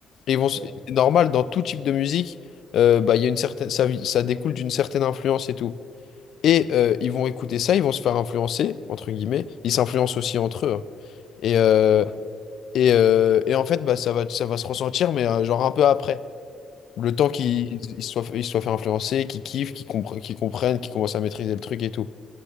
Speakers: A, on the left; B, on the right.
A: Et ils vont, s-
B: Ouais.
A: c'est normal, dans tout type de musique, euh, bah, il y a une certaine, ça, ça découle d'une certaine influence et tout. Et euh, ils vont écouter ça, ils vont se faire influencer, entre guillemets. Ils s'influencent aussi entre eux. hein. Et, euh,
B: Mmh.
A: et, euh, et en fait, bah, ça va, ça va se ressentir, mais euh, genre un peu après. Le temps qu'ils
B: Ok. Ouais,
A: ils se soient, ils se soient fait influencer, qu'ils kiffent, qu'ils compre- qu'ils comprennent, qu'ils commencent à maîtriser le truc et tout.